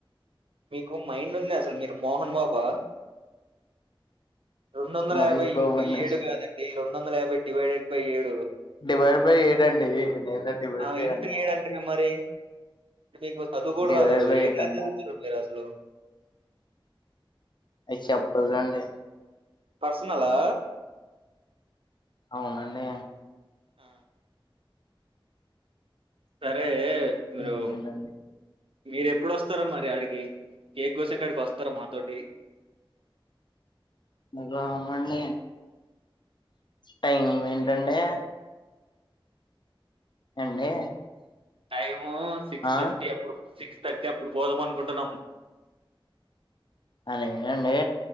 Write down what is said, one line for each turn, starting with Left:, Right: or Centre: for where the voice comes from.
Right: మీకు మైండ్ ఉంది అసలు మీరు మోహన్ బాబా రెండు వందల
Left: మహేష్
Right: యాభై
Left: బాబు
Right: ఇన్ టు
Left: అండి
Right: ఏడు కాదండి రెం రెండు వందల యబై డివడెడ్ బై ఏడు
Left: డివైడ్ బై ఏడండి నేనా డివల్
Right: ఆ!
Left: పై
Right: ఇంటూ
Left: అన్నా
Right: ఏడంటేగా మరి మీకు చదువు కూడ
Left: divide
Right: రాదు
Left: by
Right: a
Left: eight
Right: class
Left: అన్నా
Right: అవుతున్నావ్ చూపి రాసలు
Left: అ చెప్పదు రండి
Right: పర్సనలా
Left: అవునండి
Right: ఆ సరే మీరు
Left: ఇంకేంటండి
Right: మీరు ఎప్పుడు వస్తారో మరి అడి కె కేక్ కోసే కాడికి వస్తారా మాతోటి
Left: మరి రామ్ అండి టైం ఏంటండీ అండి
Right: టైమ్ సిక్స్
Left: ఆ
Right: థర్టీ అప్పుడు సిక్స్ థర్టీ అప్పుడు పోదాం అనుకుంటున్నాము
Left: అలే అండి